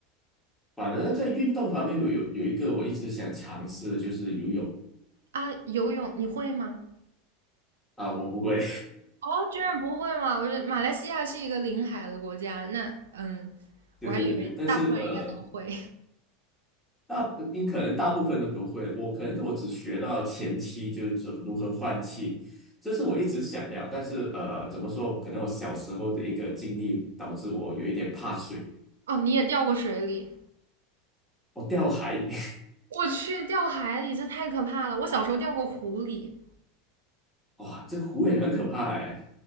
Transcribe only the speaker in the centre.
反而在运动方面有有有一个我一直想尝试的就是游泳
啊，我不会，
<laughs> 对对对对，
但是呃，大你可能大部分都不会，我可能我只学到前期就是如何换气，这是我一直想要，但是呃，怎么说，可能我小时候的一个经历导致我有一点怕水。
我掉海，<laughs> 里。
哇，这湖也很可怕哎。